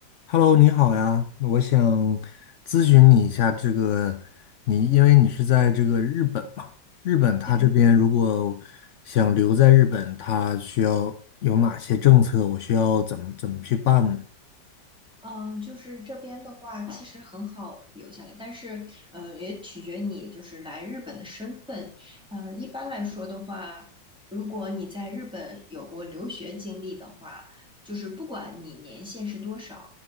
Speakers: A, on the left (about 85°); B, in the centre.
A: Hello，你好呀，我想咨询你一下这个，你因为你是在这个日本嘛，日本他这边如果想留在日本，
B: 对，
A: 他需要有哪些政策？我需要怎么怎么去办呢？
B: 嗯、就是这边的话，其实很好留下来，但是，呃，也取决你就是来日本的身份。呃，一般来说的话，如果你在日本有过留学经历的话，就是不管你年限是多少，